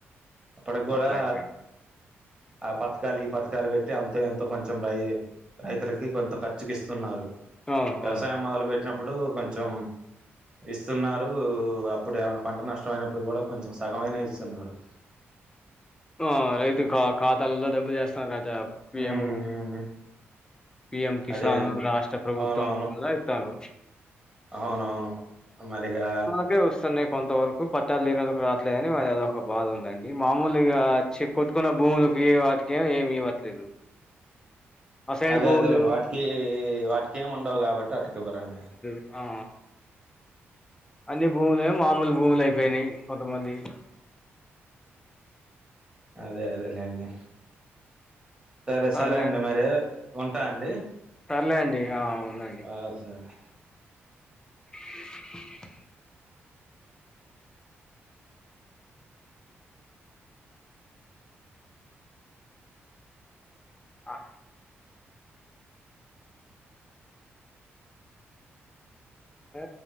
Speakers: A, on the right; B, on the left.
A: అప్పటికి కూడా
B: అట్లా అయిపోయింది
A: ఆ పథకాలు ఈ పథకాలు పెట్టి అంత ఎంతో కొంచెం రై రైతులకి కొంత ఖర్చుకి ఇస్తున్నారు
B: అవును
A: వ్యవసాయం
B: అవును
A: మొదలు పెెట్టినప్పుడు కొంచెం ఇస్తున్నారు ఇప్పుడు ఏమైనా పంట నష్టం అయినప్పుడు కూడా కొంచెం సగమైన ఇస్తున్నారు
B: ఆ రైతు ఖాతాలలో డబ్బు చేస్తున్నారట పిఎం
A: ఉమ్
B: పిఎం కిసాన్
A: అదే అండి
B: రాష్ట్ర ప్రభుత్వం
A: అవునవును
B: అలా ఇత్తరు
A: అవునవును మరిగా
B: ఇగ వస్తున్నాయి కొంత వరకు పట్టాలు లేనోళ్లకు రాట్లే అని వాళ్ళు ఏదో ఒక బాధ ఉందండి మామూ లు చె కొట్టుకున్న భూములకి వాటికే ఏమి ఇవ్వట్లేదు అసైన్
A: అదే
B: భూములు
A: అదేలేండి వాటికి వాటికేమి ఉండవు కాబట్టి వాటికి ఇవ్వరండి
B: ఆ ఆ అన్ని భూములు ఏమో మామూలు భూములు అయిపోయినాయి కొంతమందివి
A: అదే అదేలేే అండి సరే
B: సర్లేండి
A: సరే అండి మరి ఉంటా అండి
B: సర్లే అండి ఆ ఉండండి
A: ఆ సార్
B: అ అ ఆ